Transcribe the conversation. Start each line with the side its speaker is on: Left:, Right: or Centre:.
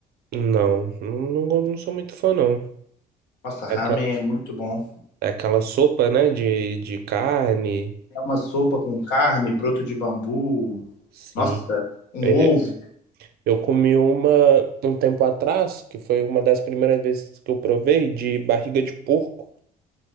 Right: Não, não, não, não sou muito fã, não.
Left: Nossa, ramen
Right: É Aquela,
Left: é muito bom.
Right: é aquela sopa, né, de, de carne.
Left: É uma sopa com carne, broto de bambu.
Right: Sim.
Left: Nossa, um
Right: Ele-
Left: ovo.
Right: Eu comi uma um tempo atrás, que foi uma das primeiras vezes que eu provei, de barriga de porco.